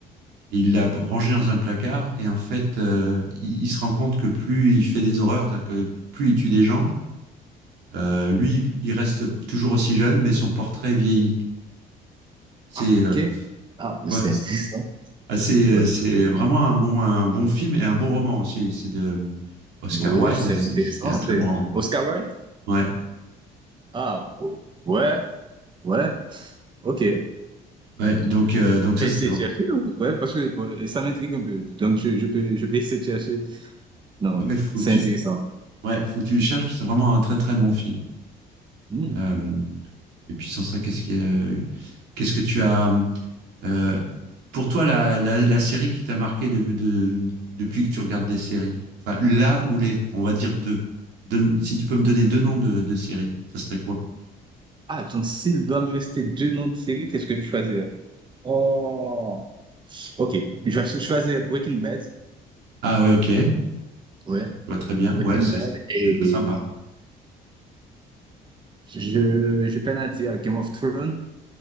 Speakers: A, on the right (about 85°); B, on the right (about 30°).
A: et Il l'a rangé dans un placard et en fait, euh, il, il se rend compte que plus il fait des horreurs, c'est-à-dire que plus il tue des gens, euh, lui, il reste toujours aussi jeune, mais son portrait vieillit. C'est
B: Ah, ok.
A: euh,
B: Ah, mais
A: ouais,
B: c'est intéressant.
A: Ah, C'est euh,
B: Ouais.
A: c'est vraiment un bon, un bon film et un bon roman aussi. C'est de Oscar
B: Oui,
A: Wilde.
B: c'est
A: euh,
B: intéressant.
A: C'est un très
B: C'est
A: bon roman.
B: Oscar Wilde?
A: Ouais,
B: Ah, ouais, ouais, ok. Je
A: ouais. Donc, euh, donc ça,
B: vais
A: c'était
B: essayer
A: vrai.
B: de chercher, ouais, parce que bon, ça m'intrigue un peu. Donc, je, je peux, je peux essayer de chercher. Non,
A: Ouais, faut
B: c'est
A: que tu,
B: intéressant.
A: ouais, faut que tu le cherches. parce que C'est vraiment un très très bon film.
B: Hmm.
A: Euh, et puis sans ça, qu'est-ce qui, euh, qu'est-ce que tu as euh, pour toi la, la, la série qui t'a marqué de, de- depuis que tu regardes des séries? Enfin, là ou les, on va dire deux. Donne- si tu peux me donner deux noms de, de séries, ça serait quoi?
B: Ah, donc s'il doit me rester deux noms de série, qu'est-ce que je choisirais? Oh, ok. Je vais cho- choisir Breaking Bad.
A: Ah ouais, ok.
B: Ouais,
A: Ok, je vois très bien.
B: Breaking
A: Ouais, c'est
B: Bad. Et
A: c'est très sympa.
B: je, je peine à dire Game of Thrones.